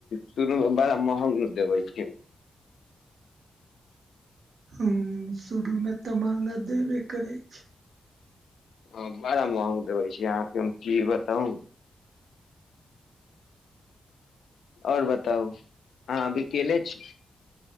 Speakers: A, on the left; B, on the right.
A: शुरूमे बड़ा महंग न देबै छै
B: हँ शुरूमे तऽ महंगा देबे करै छै
A: हँ बड़ा महंग देबै छी अहाँके हम कि बताउ आओर बताउ अहाँ अभी अकेले छी